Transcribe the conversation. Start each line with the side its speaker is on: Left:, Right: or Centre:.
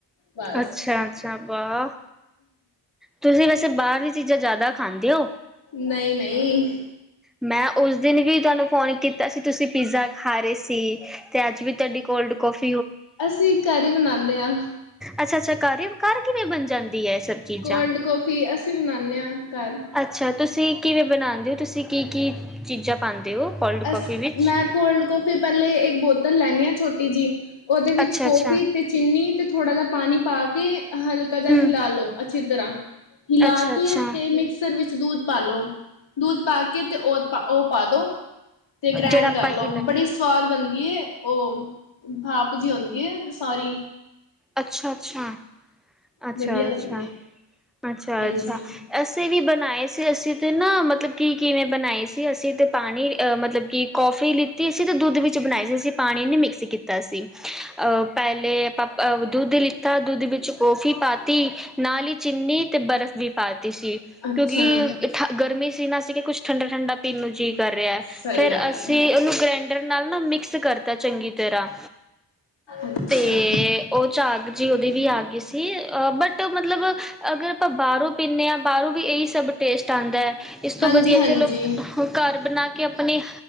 Left: ਬਸ
Centre: ਅੱਛਾ-ਅੱਛਾ, ਵਾਹ ਤੁਸੀਂ ਵੈਸੇ ਬਾਹਰਲੀ ਚੀਜ਼ਾਂ, ਜ਼ਿਆਦਾ ਖਾਂਦੇ ਹੋ?
Left: ਨਹੀਂ-ਨਹੀਂ,
Centre: ਮੈਂ ਉਸ ਦਿਨ ਵੀ ਤੁਹਾਨੂੰ, ਫੋਨ ਕੀਤਾ ਸੀ ਤੁਸੀਂ ਪੀਜ਼ਾ ਖਾ ਰਹੇ ਸੀ ਤੇ ਅੱਜ ਵੀ ਤੁਹਾਡੀ ਕੋਲਡ ਕੋਫੀ
Left: ਅਸੀਂ ਘਰ ਬਣਾਨੇ ਆ,
Centre: ਅੱਛਾ ਅੱਛਾ ਘਰ ਘਰ ਕਿਵੇਂ ਬਣ ਜਾਂਦੀ ਹੈ। ਸਭ ਚੀਜ਼ਾਂ
Left: ਕੋਲਡ ਕੌਫੀ ਅਸੀਂ ਬਨਾਣੇ ਹਾਂ। ਘਰ
Centre: ਅੱਛਾ ਤੁਸੀਂ ਕਿਵੇਂ ਬਣਾਉਂਦੇ ਹੋ ਤੁਸੀਂ ਕੀ ਕੀ ਚੀਜ਼ਾਂ ਪਾਉਂਦੇ ਹੋ ਕੋਲਡ
Left: ਅਸ
Centre: ਕੌਫੀ ਵਿੱਚ
Left: ਮੈਂ ਕੋਲਡ ਕਫੀ ਪਹਿਲੇ ਇੱਕ ਬੋਤਲ ਲੈਦੀ ਹਾਂ ਛੋਟੀ ਜਿਹੀ ਉਹਦੇ ਵਿੱਚ
Centre: ਅੱਛਾ-ਅੱਛਾ
Left: ਕੋਫੀ ਤੇ ਚੀਨੀ ਅਤੇ ਥੋੜ੍ਹਾ ਜਿਹਾ ਪਾਣੀ ਪਾ ਕੇ ਹਲਕਾ ਜਿਹਾ
Centre: ਹਮ
Left: ਹਿਲਾ ਲੋ ਅੱਛੀ ਤਰ੍ਹਾਂ ਹਿਲਾ
Centre: ਅੱਛਾ-ਅੱਛਾ
Left: ਕੇ ਤੇ ਮਿਕਸਰ ਵਿੱਚ ਦੁੱਧ ਪਾਲੋ ਦੁੱਧ ਪਾ ਕੇ ਤੇ ਉਹ ਉਹ ਪਾ ਦੋ। ਤੇ ਗ੍ਰੈਂਡ
Centre: ਜਿਹੜਾ ਆਪਾਂ
Left: ਕਰ ਲੋ
Centre: ਇਹ ਲੈ
Left: ਬੜੀ ਸਵਾਦ ਬਣਦੀ ਐ। ਉਹ ਭਾਪ ਜੀ ਆਉਂਦੀ ਹੈ ਸੋਰੀ
Centre: ਅੱਛਾ, ਅੱਛਾ, ਅੱਛਾ,
Left: ਵਧੀਆ
Centre: ਅੱਛਾ,
Left: ਬਣਦੀ ਏ
Centre: ਅੱਛਾ,
Left: ਹਾਂਜੀ
Centre: ਅੱਛਾ ਐਸੇ ਵੀ ਬਣਾਏ ਸੀ ਅਸੀਂ ਤਾਂ ਨਾ ਮਤਲਬ ਕਿ ਕਿਵੇਂ ਬਣਾਈ ਸੀ ਅਸੀਂ ਤੇ ਪਾਣੀ ਮਤਲਬ ਕਿ ਕੌਫੀ ਲਿੱਤੀ ਅਸੀ ਤੇ ਦੁੱਧ ਵਿੱਚ ਬਣਾਈ ਸੀ ਅਸੀਂ ਪਾਣੀ ਨਹੀਂ ਮਿਕਸ ਕੀਤਾ ਸੀ ਪਹਿਲੇ ਆਪਾਂ ਅ ਦੁੱਧ ਲਿੱਤਾ ਦੁੱਧ ਵਿੱਚ ਕੌਫੀ ਪਾਤੀ ਨਾਲ ਹੀ ਚੀਨੀ ਤੇ ਬਰਫ਼ ਵੀ ਪਾਤੀ ਸੀ
Left: ਅੱਛਾ।
Centre: ਕਿਉਂਕਿ ਗਰਮੀ ਸੀ ਸੀ ਨਾ ਸੀ ਕਿ ਕੁਛ ਠੰਡਾ ਠੰਡਾ ਪੀਣ ਨੂੰ ਜੀ ਕਰ ਰਿਹਾ
Left: ਸਹੀ
Centre: ਫੇਰ
Left: ਗੱਲ
Centre: ਅਸੀਂ
Left: ਏ
Centre: ਉਹਨੂੰ ਗ੍ਰੈਂਡਰ ਨਾਲ ਨਾ ਮਿਕਸ ਕਰਤਾ ਚੰਗੀ ਤਰ੍ਹਾਂ
Left: ਅੱਛਾ।
Centre: ਤੇ ਝਾਗ ਜੀ ਉਹਦੀ ਵੀ ਆ ਗਈ ਸੀ ਬਟ ਮਤਲਬ ਅਗਰ ਆਪਾਂ ਬਾਹਰੋਂ ਪੀਂਦੇ ਹਾਂ ਬਾਹਰੋਂ ਵੀ ਇਹੀ ਸਭ ਟੇਸਟ ਆਉਂਦਾ। ਇਸ ਤੋਂ
Left: ਹਾਂਜੀ-ਹਾਂਜੀ
Centre: ਵਧੀਆ ਚਲੋ ਘਰ ਬਣਾ ਕੇ ਆਪਣੇ